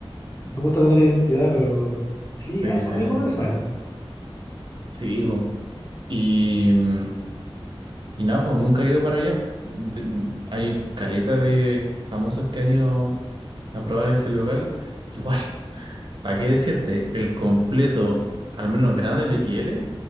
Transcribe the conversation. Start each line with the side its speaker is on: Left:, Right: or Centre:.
Left: Me gusta tener identidad, pero sí,
Right: sí,
Left: algo,
Right: sí,
Left: algo
Right: sí.
Left: me suena.
Right: Sí, po. Y, mm, y nada, pues nunca he ido para allá. De- Hay caleta de famosos que han ido a probar ese local. Igual. ¿Para qué decirte? El completo, al menos en grande, el X L,